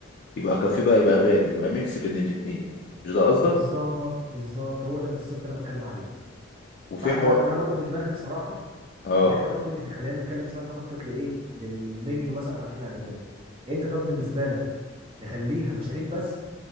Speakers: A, on the left; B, on the right.
A: يبقى كافيه بقى يبقى غالي يبقى ميكس بين الاتنين مش ده قصدك؟
B: بالظبط بالظبط هو ده بالظبط اللي انا بتكلم عليه
A: وفي
B: فاحنا
A: حوار
B: انا برضو في دماغي بصراحه
A: اه
B: ان احنا برضو يعني خلينا نتكلم شويه نخطط لايه للمنيو مثلا والحاجات اللي هنقدمها انت طب بالنسبه لك نخليها مشاريب بس